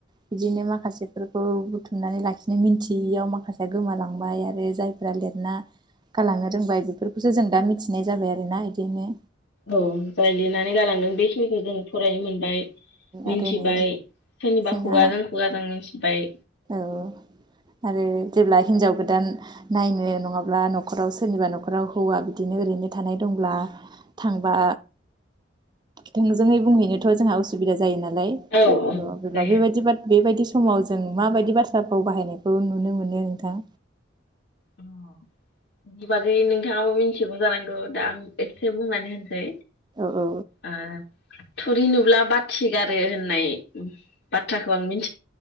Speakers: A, on the right (about 25°); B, on the left (about 65°).
A: बिदिनो माखासे फोर खौ बुथुमनानै लाखिनो मिन्थियैयाव माखासे गोमालांबाय आरो जायफ्रा लिरना गालांनो रोंबाय बेफोरखौसो जों दा मिथिनाय जाबाय आरोना बिदिनो
B: औ जाय लिरनानै गालांदों बेखि खिनिखौ जों फरायोमोन बाय मिन्थिबाय
A: आरो नै
B: सोरनिबा
A: जोंहा
B: खुगाजों खुगाजों मिन्थिबाय
A: औ आरो जेब्ला हिनजाव गोदान नायनो नङाब्ला न'खराव सोरनिबा न'खराव हौवा बिदिनो ओरैनो थानाय दंब्ला थांबा थोंजोङै बुंहैनोथ जोंहा असुबिदा जायो नाल लाय अ
B: औ औ
A: जेब्ला
B: जायो
A: बेबायदि बाथ बेबायदि सो समाव जों माबायदि बाथ्राभाव बाहायनायखौ नुनो मोनो नोंथां
B: अ बेनि बागै नोंथाङाबो मिन्थिगौ जानांगौ दा आं एसे बुंनानै होनसै
A: औ औ
B: आ थुरि नुब्ला बाथि गारो होननाय बाथ्राखौ आं मिन